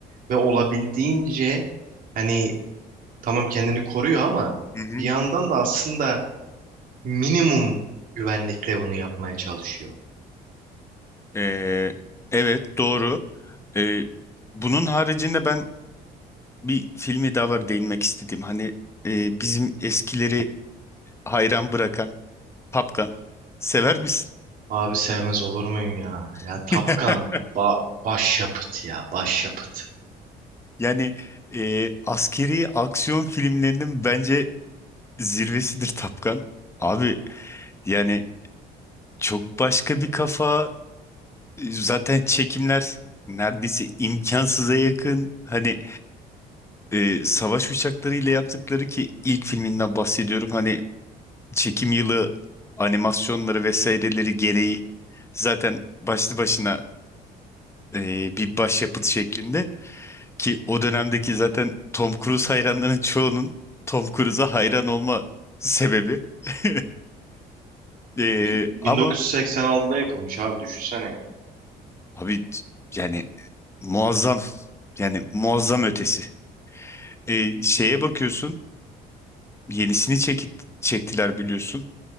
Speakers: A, on the right; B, on the left.
A: Ve olabildiğince hani tamam kendini koruyor ama
B: Hı hı.
A: bir yandan da aslında minimum güvenlikle bunu yapmaya çalışıyor.
B: Ee, evet doğru. Ee, bunun haricinde ben bir filmi daha var değinmek istedim. Hani e, bizim eskileri hayran bırakan Tapkan. Sever misin?
A: Abi sevmez olur muyum ya? Ya
B: <laughs>
A: Tapkan ba başyapıt ya başyapıt.
B: Yani e, askeri aksiyon filmlerinin bence zirvesidir Tapkan. Abi yani çok başka bir kafa, Zaten çekimler neredeyse imkansıza yakın. Hani e, savaş uçaklarıyla yaptıkları ki ilk filminden bahsediyorum. Hani çekim yılı, animasyonları vesaireleri gereği zaten başlı başına e, bir başyapıt şeklinde ki o dönemdeki zaten Tom Cruise hayranların çoğunun Tom Cruise'a hayran olma sebebi. <laughs> E,
A: Bin- 1986'da
B: ama
A: yapılmış abi düşünsene ya.
B: abi yani muazzam yani muazzam ötesi. E, şeye bakıyorsun. Yenisini çekit, çektiler biliyorsun.